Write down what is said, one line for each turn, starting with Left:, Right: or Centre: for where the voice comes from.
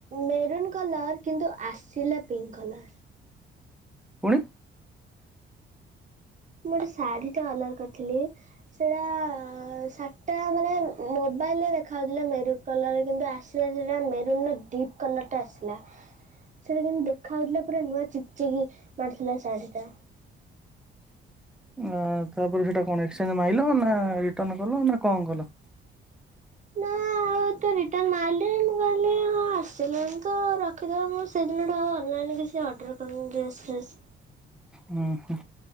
Right: ମେରୁନ୍ କଲର କିନ୍ତୁ ଆସିଲା ପିଙ୍କ କଲର।
Centre: ପୁଣି
Right: ମୁଁ ଗୋଟେ ଶାଢ଼ୀ ଟେ ଅର୍ଡର କରିଥିଲି ସେଟା ଶାଢି ଟା ମାନେ ମୋବାଇଲରେ ଦେଖାଯାଉଥିଲା ମେରୁନ୍ କଲର କିନ୍ତୁ ଆସିଲା ସେଟା ମେରୁନ ଡିପ କଲରଟା ଆସିଲା ସେଟା କିନ୍ତୁ ଖାଉଥିଲା ପୁରା ନୂଆ ଚିକ୍ ଚିକି ମାରୁଥିଲା ଶାଢ଼ୀଟା।
Centre: ଆଁ ତାପରେ ସେଇଟା କଣ ଏକ୍ସଚେଞ୍ଜ ମାଇଲ ନା ରିଟର୍ନ କଲ ନା କଣ କଲ?
Right: ନା ଆଉ ତ ରିଟର୍ନ ମାରିଲି ମୁଁ କହିଲି ହଁ ଆସିଲାଣି ତ ରଖିଦବା ମୁଁ ସେଦିନ ଠୁ ଆଉ ଅନଲାଇନ କିଛି ଅର୍ଡର କରିନି ଡ୍ରେସ ଫ୍ରେସ।
Centre: ହୁଁ ହୁଁ